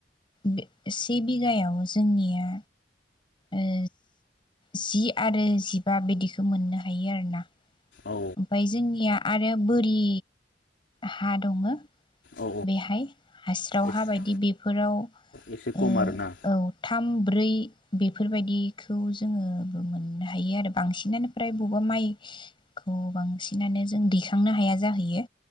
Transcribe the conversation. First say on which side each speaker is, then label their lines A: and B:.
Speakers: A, on the left; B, on the left.
A: बे से बिगायाव जोंनिया ओ जि आरो जिबा बिदिखौ मोननो हायो आरोना।
B: औ
A: ओमफाय जोंनिया आरो बोरि हा दङो।
B: औ
A: बेहाय हास्राव
B: एसे
A: हा बायदि बेफोराव
B: एसे खम
A: ओ
B: आरोना
A: औ थाम ब्रै बेफोरबायदिखौ जोङो मोननो हायो आरो बांसिनानो फ्राय बबेबा माइखौ बांसिनानो जों दैखांनो हाया जाहैयो